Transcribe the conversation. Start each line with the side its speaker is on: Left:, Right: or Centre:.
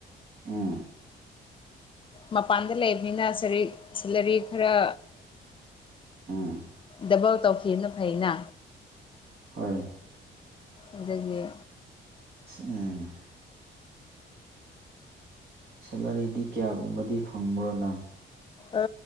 Right: ꯎꯡ
Left: ꯃꯄꯥꯟꯗ ꯂꯩꯕꯅꯤ ꯁꯔꯤ ꯁꯦꯂꯔꯤ ꯈꯔ
Right: ꯎꯝ
Left: ꯗꯕꯜ ꯇꯧꯈꯤꯕꯅ ꯐꯩꯅ
Right: ꯍꯣꯏ
Left: ꯑꯗꯨꯒꯤ
Right: ꯎꯝ ꯁꯦꯂꯔꯤꯗꯤ ꯀꯌꯥꯒꯨꯝꯕꯗꯤ ꯐꯪꯕ꯭ꯔꯣ ꯅꯪ
Left: ꯑ